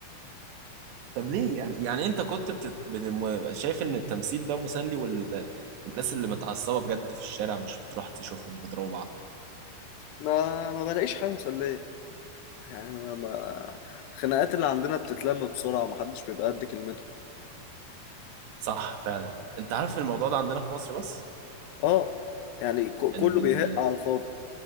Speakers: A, on the right; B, on the left.
A: طب ليه يعني يعني انت كنت بتت... بت... م- شايف ان التمثيل ده مسلي وال... والناس اللي متعصبه بجد في الشارع مش بتروح تشوفهم وتضربوا بعض
B: ما ما بلاقيش حاجة مسلية يعني ما ما- الخناقات اللي عندنا بتتلم بسرعة ومحدش بيبقى قد كلمته
A: صح فعلا انت عارف الموضوع ده عندنا في مصر بس
B: اه يعني ك-
A: ان
B: كله
A: ال...
B: بيهق على الفاضي